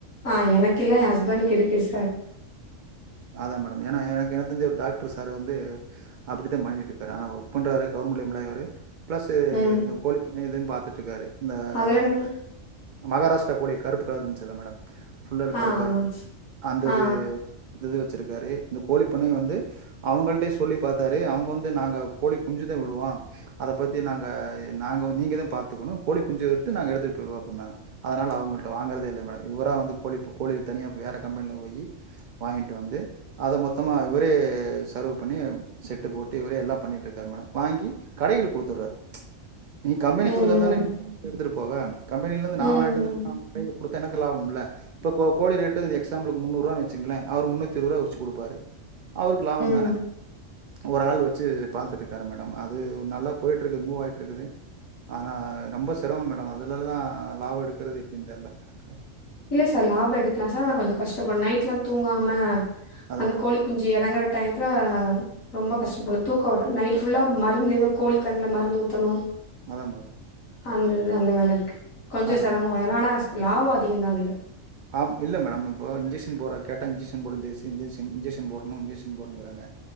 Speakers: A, on the left (about 85°); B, on the right (about 85°).
A: ஆ எனக்கில்ல என் ஹஸ்பண்டுக்கு இருக்கு சார்
B: அதாமேடம் ஏனா எனக்கு எனக்கு தெரிஞ்ச ஒரு டாக்டர் சார் வந்து அப்டித்தான் பண்ணிட்டு இருக்காரு ஆனா வொர்க் பண்றாரு கவர்மெண்ட் எம்ப்ளாயி அவரு பிளஸ்
A: ம்
B: இந்த கோழி பண்ண இது பாத்து ட்டு இருக்காரு இந்த
A: அதுலன்னு
B: மகாராஷ்டிரா கோழி கருப்பு கலர் இருந்ச்சல்ல மேடம் ஃபுல்லா
A: ஆ
B: கருப்பா
A: ஆமாங்க
B: இருக்கு
A: சார்
B: அந்த
A: ஆ
B: இது இது வெச்சிருக்காரு இந்த கோழி பண்ணைய வந்து அவுங்கள்ட்டயே சொல்லி பாத்தாரு அவுங்க வந்து நாங்க கோழி குஞ்சுதா விடுவோ அத பத்தி நாங்க நீங்கதா பாத்துக்கணு கோழி குஞ்சு விட்டு நாங்க எடுத்துட்டு போய்டுவோ அப்டினாங்க அதனால அவுங்கள்ட்ட வாங்கறதே இல்ல மேடம் இவரா வந்து கோழி கோழிக்கு தனியா வேற கம்பெனில போய் வாங்கிட்டு வந்து அத மொத்தமா இவரே சர்வ் பண்ணி செட்டு போட்டு இவரே எல்லா பண்ணிகிட்டு இருக்காரு மேடம் வாங்கி கடைகளுக்கு குடுத்துடுறாரு நீ கம்பெனி
A: ம்
B: குடுக்கதானே எடுத்துட்டு போவ கம்பெனிலந்து
A: ம்
B: நா
A: ம்
B: வாங்கிட்டு
A: ம்
B: வந் <inaudible> குடுத்தா எனக்கு லாபம் இல்ல இப்போ கோ கோழி ரேட்டு எக்ஸாம்பிளுக்கு முன்னூறு ரூவானு வெச்சு ங்களே அவர் முன்னூத்தி இருவது ரூபா வெச்சு குடுப்பாரு அவருக்கு லாபந்தானே
A: ம்
B: ஒரு ஆள் வெச்சு பாத்துட்டு இருக்காரு மேடம் அது நல்லா போயிட்டுருக்கு மூவ் ஆயிட்டு இருக்குது ஆனா ரொம்ப செரம மேடம் அதுலலா லாப எடுக்குறது எப்டின் தெர்ல ம்
A: இல்ல சார் லாப எடுக்லா சார் ஆனா கொஞ்ச கஷ்டப்பட் நைட்லா தூங்காம
B: அதான்
A: அந்த
B: மேடம்.
A: கோழி குஞ்சு எறங்கறக் டயத்துல ரொம்ப கஷ்டப்பட்னு தூக்க வர நைட்டு ஃபுல்லா மருந்து எதோ கோழி கண்ல மருந்து ஊத்தணு
B: அதா மேடம்
A: அந்தது அந்த வேல இருக்கு கொஞ்ச
B: அதான்
A: செரம வேல ஆனா லாப அதிகந்தா இதுல்ல
B: ஆம் இல்ல மேடம் இப்போ இன்ஜெக்ஷன் போட்றக் கேட்டா இன்ஜெக்ஷன் போடு இன்ஜெஸ் இன்ஜெஸ் இன்ஜெஷன் போட்ணு இன்ஜெஷன் போட்ணுங்கிறாங்க